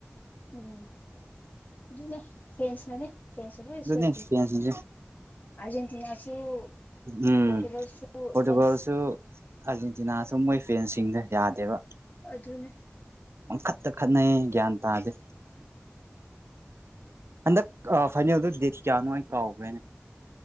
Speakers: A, on the left (about 40°); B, on the right (about 75°).
A: ꯎꯝ꯫ ꯑꯗꯨꯅꯦ ꯐꯦꯟꯁꯅꯅꯦ ꯐꯦꯟꯁꯅ ꯂꯣꯏ
B: ꯑꯗꯨꯅꯦ
A: ꯁꯣꯏꯕꯅꯦ
B: ꯐꯦꯟ ꯁꯤꯡꯁꯦ꯫
A: ꯑꯥꯔꯖꯦꯟꯇꯤꯅꯥꯁꯨ
B: ꯎꯝ
A: ꯄꯣꯔꯇꯨꯒꯜꯁꯨ
B: ꯄꯣꯔꯇꯨꯒꯜꯁꯨ
A: ꯐ꯭ꯔꯦꯟꯁ
B: ꯑꯔꯖꯦꯟ ꯇꯤꯟꯅꯁꯨ ꯃꯣꯏ ꯐꯦꯟꯁꯤꯡꯅ ꯌꯥꯗꯦꯕ꯫
A: ꯑꯗꯨꯅꯦ꯫
B: ꯄꯪꯈꯠꯇ ꯈꯠꯅꯩꯌꯦ ꯒ꯭ꯌꯥꯟ ꯇꯥꯗꯦ꯫ ꯍꯟꯗꯛ ꯐꯥꯏꯅꯦꯜꯗꯨ ꯗꯦꯠ ꯀꯌꯥꯅꯣ ꯑꯩ ꯀꯥꯎꯈ꯭ꯔꯦꯅꯦ꯫